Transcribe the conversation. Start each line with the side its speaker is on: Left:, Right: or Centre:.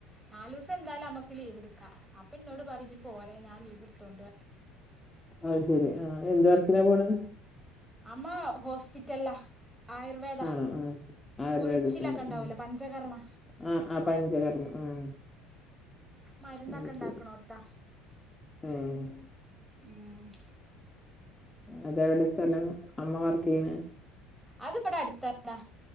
Centre: നാലല് ദിവസം എന്തായാലും നമക്ക് നാലൂസം ന്തായാലും അമ്മക്ക് ലീവ്ട്ക്കാ അപ്പൊ ഇന്നോട് പറയും ജ്ജ് പോരേ ഞാൻ ലീവ്ട്ത്തോണ്ട്
Left: അഹ് ശെരി ആഹ് എന്ത് വർക്കിനാ പോണത്
Centre: അമ്മാ.. ഹോസ്പിറ്റൽല്ലാ ആയുർവേദ
Left: ആണോ ആഹ് ആയുർവേദത്തിന്റെ
Centre: ഉഴിച്ചിലൊക്കെണ്ടാവൂലേ
Left: ഉം
Centre: പഞ്ചകർമ്മ
Left: ആഹ് ആഹ് പഞ്ചകർമ്മ ആഹ്
Centre: മരുന്നൊക്കെ
Left: അത്
Centre: ഉണ്ടാക്കണോർത്താ
Left: ശെരി ഏഹ്
Centre: ഉം
Left: അത് എവിടെ സ്ഥലം അമ്മ വർക്ക്‌ചെയ്യുന്നേ
Centre: അത് ബടെ അട്ത്തന്നെ